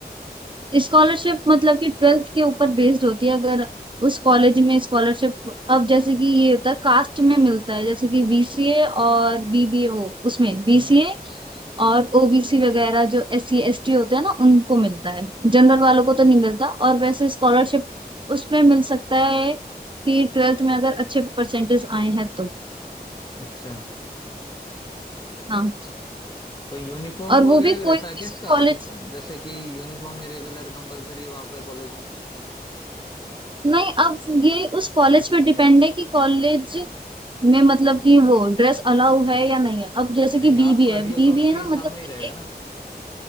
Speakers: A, on the right; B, on the left.
A: स्कॉलरशिप मतलब कि ट्वेल्थ के ऊपर बेस्ड होती है अगर उस कॉलेज में स्कॉलरशिप अब जैसे कि ये होता है कास्ट में मिलता है जैसे कि बीसीए और बीबीए वो उसमें बीसीए
B: हम्म
A: और ओबीसी वगैरह जो एस सी एस टी होते हैं ना उनको मिलता है जनरल वालों को तो नहीं मिलता और वैसे स्कॉलरशिप उसमें मिल सकता है कि ट्वेल्थ में अगर अच्छे परसेंटेज आए हैं तो
B: अच्छा
A: हाँ
B: कोई यूनिफॉर्म
A: और
B: वगैरह
A: वो भी कोई
B: भी रहता
A: कोई
B: है क्या
A: से
B: इसका
A: कॉलेज
B: ऑफिस जैसे कि यूनिफॉर्म ही रेगुलर कंपलसरी है वहाँ पे कॉलेज में
A: नहीं अब ये उस कॉलेज पे डिपेंड है कि कॉलेज में मतलब कि वो ड्रेस अलाउ है या नहीं है अब जैसे
B: नहीं
A: कि
B: आप
A: बीबीए
B: कर
A: है
B: रही हो
A: बीबीए
B: तो उसके
A: ना
B: हिसाब
A: मतलब
B: में ही
A: कि
B: रहेगा
A: एक
B: ना